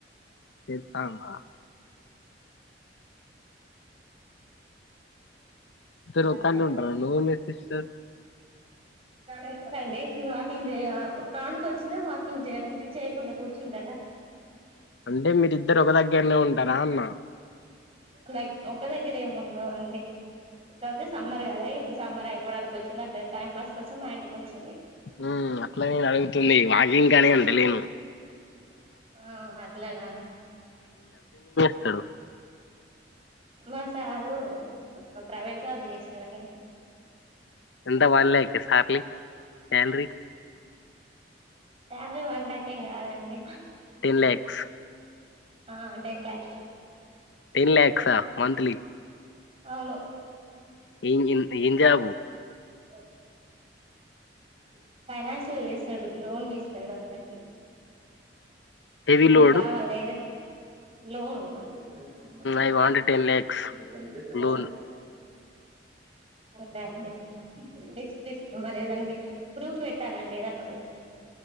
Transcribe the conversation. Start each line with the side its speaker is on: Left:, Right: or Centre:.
Left: చేస్తాందా ఇద్దరు
Right: త
Left: ఒకాన్నే
Right: బ
Left: ఉంటారా నువ్వు మీ సిస్టర్
Right: యెట్లండి వాకింగ్ చేయ గ్రౌండ్కి వచ్చిందే వాకింగ్ చేయడానికి చేయకుండా కూర్చుంటార
Left: అంటే మీరిద్దరు ఒక దగ్గరనే ఉంటారా అన్న
Right: లైక్ ఒక దగ్గరే ఏముండ అండి ఇకతే సమ్మర్ కదా ఇప్పుడు సమ్మర్ అయిపోవడానికి వచ్చింది టైం పాస్ కోసం మా ఇంటికి ఓచ్చింది
Left: హ్మ్ అట్ల నేన్ అడుగుతుంది వాకింగ్ అని అంటలేను
Right: హ్మ్ అట్లనా
Left: తడు
Right: మా సారు ప్రైవేట్ జాబ్ చేస్తారండి
Left: అంత వల్లే ఇస్తర salary salary
Right: salary one lakh ఏం కాదండి
Left: టెన్ ల్యాక్స్
Right: ఆ టెన్ ల్యాక్స్
Left: టెన్ ల్యాక్సా మంత్లీ
Right: అవును
Left: ఏ ఏం జాబు
Right: <unintelligible> ఫైనాన్స్ లో చేస్తాడు లోన్లుస్తడు అందరికి
Left: హెవీ
Right: ముగ్గవల్న
Left: లోడ్
Right: లోనూ చెప్పేను కొన్ని మనిషి పెడతలేను
Left: ఐ వాంట్ టెన్ ల్యాక్స్
Right: ఇంకా కొన్ చేపటికి వాడేయను
Left: లోన్
Right: ఒకే అండి పిస్ పీస్ మరేదండి ప్రూఫ్ పెట్టాలండి ఏదన్న ఒకటి